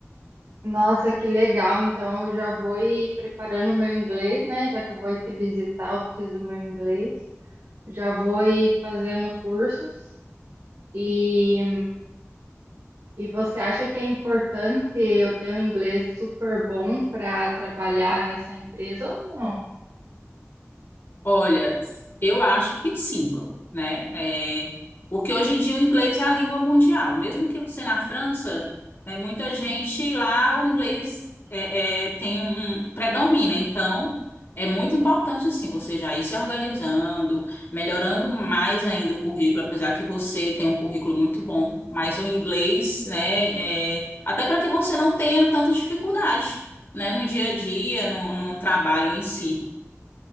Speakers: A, on the right; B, on the left.
A: Nossa, que legal! Então eu já vou ir preparando o meu inglês, né? Já que eu vou ir te visitar, eu preciso do meu inglês. Já vou ir fazendo cursos. E, e você acha que é importante eu ter um inglês super bom para trabalhar nessa empresa ou não?
B: Olha, eu acho que sim, né? É, porque hoje em dia o inglês é a língua mundial. Mesmo que você na França, é, muita gente lá o inglês é, é, tem um, um- predomina. Então, é muito importante assim você já ir se organizando, melhorando mais ainda o currículo, apesar que você tem um currículo muito bom, mas o inglês, né? é, até para que você não tenha tanta dificuldade, né? No dia a dia, no no trabalho em si.